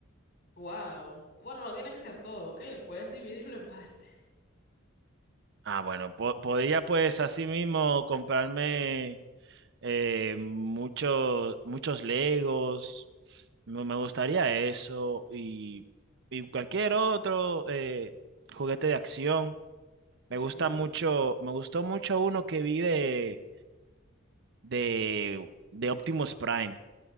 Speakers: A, on the left (about 55°); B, on the right (about 60°).
A: Wow. Bueno, no tiene que ser todo, ¿ok? Le puedes dividirlo en partes.
B: Ah, bueno, po- podría pues así mismo comprarme eh, muchos, muchos Legos. Me me gustaría eso y, y cualquier otro eh, juguete de acción.
A: Ok.
B: Me gusta mucho, me gustó mucho uno que vi de, de, de Optimus Prime.